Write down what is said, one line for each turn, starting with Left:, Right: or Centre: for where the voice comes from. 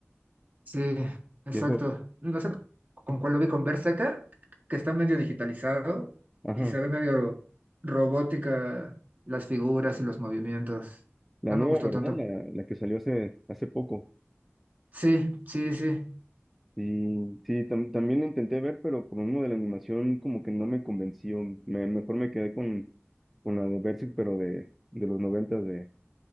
Right: Sí, exacto.
Centre: Y es lo-
Right: No sé con cuál lo vi, con Berserker, que está medio digitalizado
Centre: ajá,
Right: y se ve medio robótica las figuras y los movimientos.
Centre: la
Right: No
Centre: nueva,
Right: me gustó
Centre: ¿verdad?
Right: tanto.
Centre: La, la que salió hace, hace poco.
Right: Sí, sí, sí,
Centre: Y sí, tam- también la intenté ver, pero por uno de la animación como que no me convenció. Me, mejor me quedé con, con la de Berserk, pero de, de los noventas de